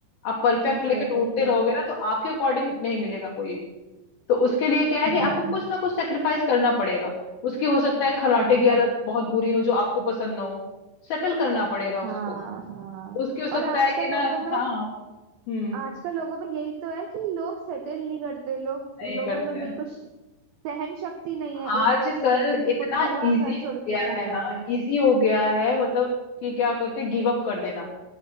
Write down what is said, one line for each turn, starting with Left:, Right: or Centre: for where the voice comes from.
Left: आप परफेक्ट
Right: बिल्कुल
Left: लेके ढूंढते
Right: बिल्कुल
Left: रहोगे ना तो आपके अकॉर्डिंग नहीं मिलेगा कोई तो उसके लिए क्या है
Right: हम्म
Left: कि आपको कुछ ना कुछ सेक्रीफाइस करना पड़ेगा उसकी हो सकता है खर्राटे
Right: हाँ
Left: की आदत बहुत बुरी हो जो आपको पसंद ना हो सेटल करना पड़ेगा उसको
Right: हाँ हाँ
Left: उसकी हो सकता
Right: और आजकल
Left: है कि ना
Right: लोगों में
Left: हाँ हम्म
Right: आजकल लोगों में यही तो है कि लोग सेटल नहीं करते लोग
Left: नहीं
Right: लोगों
Left: करते
Right: में
Left: हैं
Right: बिल्कुल सहन शक्ति नहीं है
Left: आजकल
Right: एक परसेंट की भी
Left: इतना
Right: कुछ हुआ
Left: इजी
Right: घर छोड़
Left: हो
Right: के
Left: गया
Right: चले
Left: है
Right: जाते
Left: ना
Right: हैं
Left: इजी हो गया है मतलब कि क्या कहते हैं गिव अप कर देना